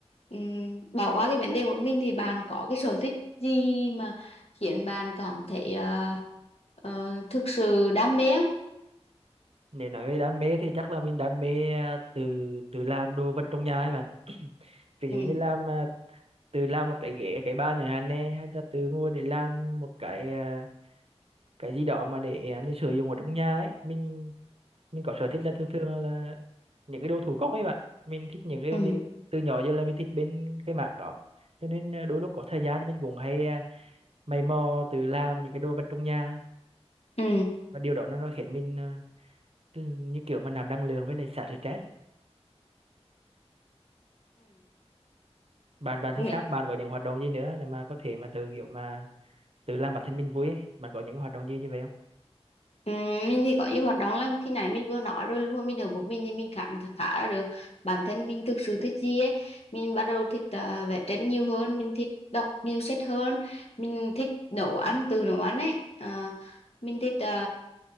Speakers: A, on the left; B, on the right.
A: ừm, bỏ qua cái vấn đề một mình thì bạn có cái sở thích gì mà khiến bạn cảm thấy ờ, ờ, thực sự đam mê không?
B: Nếu nói về đam mê thì chắc là mình đam mê à, từ từ làm đồ vật trong nhà ấy bạn <clears throat> ví
A: Ừ.
B: dụ như làm à, từ làm một cái ghế cái bàn này hàn nè hay là từ ngồi để làm một cái à, cái gì đó mà để à, mình sử dụng ở trong nhà ấy mình mình có sở thích là thường thường là những cái đồ thủ công ấy bạn mình thích những cái
A: Ừ.
B: bên từ nhỏ giờ là mình thích bên cái mảng đó cho nên à, đôi lúc có thời gian mình cũng hay à, mày mò tự làm những cái đồ vật trong nhà
A: Ừ.
B: và điều đó nó nó khiến mình à, cứ như kiểu mà nạp năng lượng với lại xả stress ấy. bạn bạn
A: Ừ.
B: thì sao bạn có những hoạt động gì nữa để mà có thể mà tự kiểu mà tự làm bản thân mình vui ấy bạn có những hoạt động gì như vậy không?
A: Ừ, mình thì có nhiều hoạt động lắm khi nãy mình vừa nói rồi lúc mà mình ở một mình thì mình cảm thấy phá ra được bản thân mình thực sự thích gì ấy mình bắt đầu thích ờ, vẽ tranh nhiều hơn mình thích đọc nhiều sách hơn mình thích nấu ăn từ nấu ăn ấy Ờ, mình thích ờ,